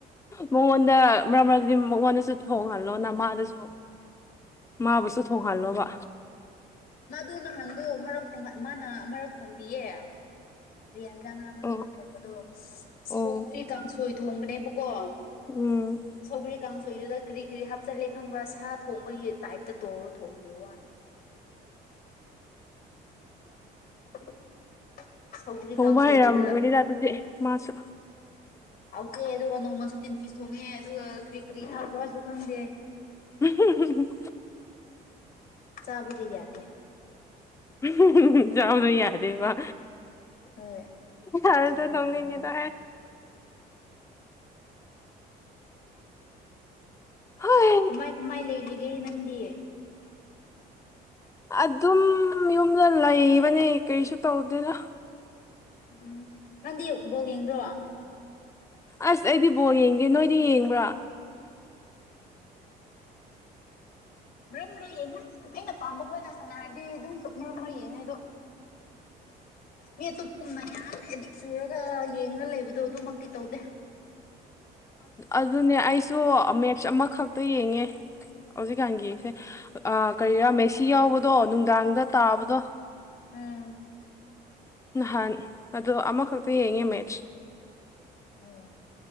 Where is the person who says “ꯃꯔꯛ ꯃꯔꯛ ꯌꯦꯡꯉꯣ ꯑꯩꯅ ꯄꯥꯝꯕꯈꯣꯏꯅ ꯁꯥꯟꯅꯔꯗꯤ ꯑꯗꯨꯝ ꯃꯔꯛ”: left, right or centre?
Left